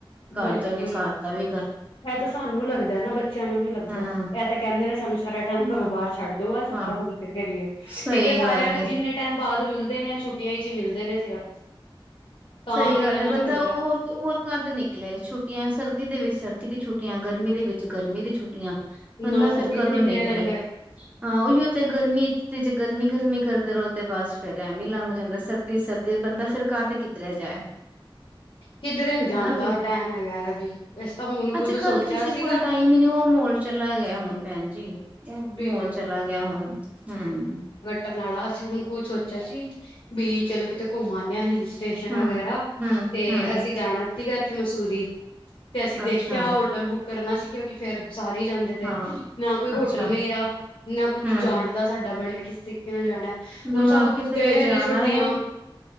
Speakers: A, on the right; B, on the left.
A: ਘਰ
B: ਬਿਲਕੁਲ
A: ਜਾ ਕੇ ਘਰ ਦਾ ਵੀ
B: ਇਹ ਤਾਂ ਸਾਨੂੰ ਲੱਗਦਾ ਨਾ ਬੱਚਿਆਂ ਨੂੰ ਨੀ ਲੱਗਦਾ।
A: ਹਮ
B: ਇਹ ਤਾਂ ਕਹਿੰਦੇ ਨੇ ਸਾਨੂੰ ਸਾਰਾ ਟਾਈਮ ਘਰੋਂ
A: ਹਾਂ
B: ਬਾਹਰ ਛੱਡ ਦੋ ਆ
A: ਹਾਂ
B: ਆਪਾਂ ਘੁੰਮ ਫਿਰ ਕੇ ਵੀਈਏ
A: ਸਹੀ
B: ਇੱਕ ਤਾਂ ਸਾਰਿਆਂ
A: ਗੱਲ
B: ਨੂੰ
A: ਏ
B: ਇੰਨੇ, ਟਾਈਮ ਬਾਅਦ ਮਿਲਦੇ ਨੇ ਜਾਂ ਛੁੱਟੀਆਂ ਚ ਹੀ ਮਿਲਦੇ ਨੇ ਸਿਰਫ, ਤਾਂ
A: ਸਹੀ
B: ਫੇਰ
A: ਗੱਲ
B: ਇਹਨਾਂ
A: ਹੈ, ਬੰਦਾ
B: ਨੂੰ ਹੁੰਦਾ
A: ਉਹ ਹੋਰ ਹੋਰ ਕੱਦ ਨਿਕਲਿਆ ਛੁੱਟੀਆਂ ਸਰਦੀ ਦੇ ਵਿੱਚ ਸਰਦੀ ਦੀ ਛੁੱਟੀਆਂ ਗਰਮੀ ਦੇ ਵਿੱਚ ਗਰਮੀ ਦੀ ਛੁੱਟੀਆਂ। ਬੰਦਾ
B: ਨਾ ਸਰਦੀ
A: ਫੇਰ ਕਦੋਂ
B: ਚ ਨਿਕਲਿਆ
A: ਨਿਕਲੇ
B: ਜਾਂਦਾ
A: ਹਾਂ, ਉਹੀਓ ਤੇ ਗਰਮੀ ਤੇ ਜੇ ਗਰਮੀ ਗਰਮੀ ਕਰਦੇ ਰਹੋ ਤੇ ਬਸ ਫੇਰ ਐਵੇਂ ਲੰਘ ਜਾਂਦਾ ਸਰਦੀ ਸਰਦੀ ਬੰਦਾ ਫੇਰ ਕਾਹਦ ਜਾਏ,
B: ਕਿਧਰੇ ਨੀ ਜਾਂਦਾ
A: ਹਨਾ ਵੀ
B: ਟੈਮ ਹੈਗਾ ਹੈ ਵੀ ਵੈਸੇ ਤਾਂ ਹੁਣ ਖੁੱਦ
A: ਅੱਜ ਕੱਲ
B: ਸੋਚਿਆ
A: ਕਿਸੇ ਕੋਲ
B: ਸੀਗਾ,
A: ਨਹੀਂ ਮੈਨੂੰ ਉਹ ਮੋਲ ਚਲਾ ਗਿਆ ਹੁਣ ਭੈਣ ਜੀ ਉਹ
B: ਬਿਲਕੁਲ
A: ਮੋਲ ਚਲਾ ਗਿਆ ਹੁਣ, ਹੂੰ।
B: ਟਰ ਨਾਲਾ ਅਸੀਂ ਹੁਣ ਖੁਦ ਸੋਚਿਆ ਸੀ ਵੀ ਚਲੋ ਕਿਤੇ ਘੁੰਮਾ ਆਉਦੇ ਹਾਂ ਹਿਲ ਸਟੇਸ਼ਨ
A: ਹਮ
B: ਵਗੈਰਾ,
A: ਹਮ
B: ਤੇ
A: ਹਮ
B: ਅਸੀਂ ਜਾਣਾ ਸੀਗਾ ਇੱਥੇ ਮਸੂਰੀ, ਤੇ ਅਸੀਂ ਦੇਖਿਆ
A: ਅੱਛਾ
B: ਹੋਟਲ ਬੁੱਕ ਕਰਨਾ ਸੀ ਕਿਉਂਕਿ ਫੇਰ ਸਾਰੇ ਹੀ ਜਾਂਦੇ ਤੇ
A: ਹਾਂ
B: ਨਾ ਕੋਈ ਹੋ
A: ਅੱਛਾ
B: ਹੋਟਲ ਮਿਲਿਆ, ਨਾ ਕੁਛ
A: ਹਮ
B: ਜਾਣ ਦਾ ਸਾਡਾ ਬਣਿਆ ਕਿਸ ਤਰੀਕੇ ਨਾਲ ਜਾਣਾ।
A: ਨਾ
B: ਹੁਣ ਸਭ
A: ਕਿਧਰੇ
B: ਗਏ ਹੋਏ
A: ਜਾਣਾ
B: ਨੇ ਛੋਟੀਆਂ,
A: ਹੈ